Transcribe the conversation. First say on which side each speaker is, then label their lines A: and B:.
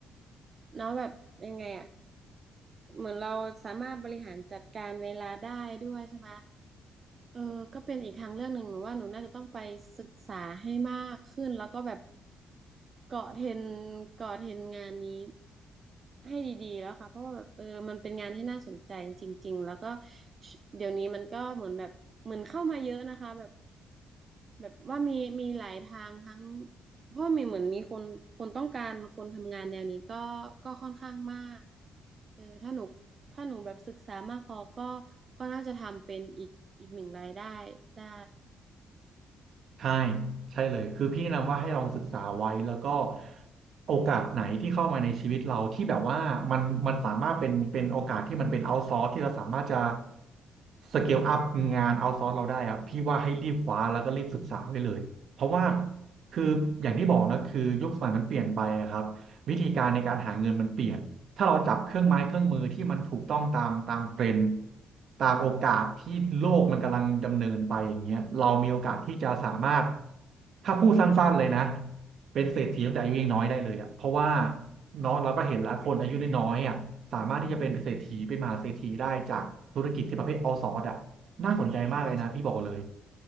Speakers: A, on the right; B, on the right.
A: เนาะแบบยังไงอะเหมือนเราสามารถบริหารจัดการเวลาได้ด้วยใช่ไหมเออก็เป็นอีกทางเรื่องหนึ่งหนูว่าหนูน่าจะต้องไปศึกษาให้มากขึ้นแล้วก็แบบเกาะเทรนเกาะเทรนงานนี้ให้ดีๆแล้วค่ะเพราะว่าแบบเออมันเป็นงานที่น่าสนใจจริงๆแล้วก็เดี๋ยวนี้มันก็เหมือนแบบเหมือนเข้ามาเยอะนะคะแบบ แบบว่ามีมีหลายทางทั้งเพราะมีเหมือนมีคนคนต้องการคนทำงานแนวนี้ก็ก็ค่อนข้างมากเออถ้าหนูถ้าหนูแบบศึกษามากพอก็ก็น่าจะทำเป็นอีกอีกหนึ่งรายได้ได้
B: ใช่ใช่เลยคือพี่แนะนำว่าให้ลองศึกษาไว้แล้วก็โอกาสไหนที่เข้ามาในชีวิตเราที่แบบว่ามันมันสามารถเป็นเป็นโอกาสที่มันเป็นเอาท์ซอร์สที่เราสามารถจะสเกลอัพงานเอาท์ซอร์สเราได้อะพี่ว่าให้รีบคว้าแล้วก็รีบศึกษาไว้เลยเพราะว่าคืออย่างที่บอกนะคือยุคสมัยมันเปลี่ยนไปอะครับวิธีการในการหาเงินมันเปลี่ยน ถ้าเราจับเครื่องไม้เครื่องมือที่มันถูกต้องตามตามเทรนด์
A: อืม
B: ตามโอกาสที่โลกมันกำลังดำเนินไปอย่างเงี้ยเรามีโอกาสที่จะสามารถถ้าพูดสั้นๆเลยนะเป็นเศรษฐีตั้งแต่อายุยังน้อยได้เลยอ่ะเพราะว่าเนาะเราก็เห็นแล้วคนอายุน้อยๆอ่ะสามารถที่จะเป็นเศรษฐีเป็นมหาเศรษฐีได้จากธุรกิจที่ประเภทเอาซอร์สอ่ะน่าสนใจมากเลยนะพี่บอกเลย
A: เออ